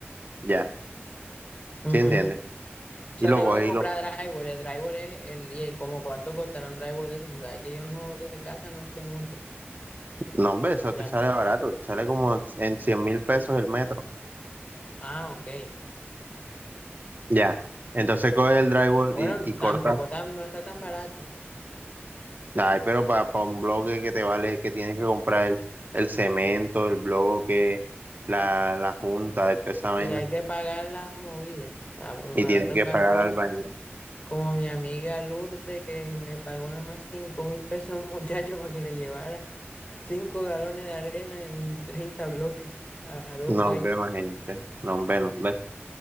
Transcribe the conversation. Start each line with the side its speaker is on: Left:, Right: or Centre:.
Right: ya.
Left: Ujú.
Right: ¿Sí entiendes?
Left: O
Right: Y
Left: sea,
Right: lo
Left: tengo
Right: coges
Left: que comprar
Right: y lo...
Left: drywall. El drywall es el... ¿Y como cuánto costará un drywall de eso? Tú sabes que yo no de casa no sé mucho.
Right: No, hombre, eso
Left: Ya.
Right: te sale barato, te sale como en cien mil pesos el metro.
Left: Ah, ok.
Right: Ya. Entonces coges el drywall
Left: Bueno,
Right: y, y cortas.
Left: tampoco tan, no está tan barato.
Right: Ay, pero para un bloque que te vale, que tienes que comprar el, el cemento, el bloque, la, la junta, de toda esa vaina.
Left: Y hay que pagar la movida. Va, va
Right: Y tienes
Left: a tocar
Right: que pagar
Left: como
Right: al baño.
Left: como mi amiga Lourdes que le pagó nada más cinco mil pesos a un <laughs> muchacho para que le llevara cinco galones de arena y 30 bloques a dos
Right: No,
Left: calles.
Right: hombre, imagínate. No, hombre, no, hombre.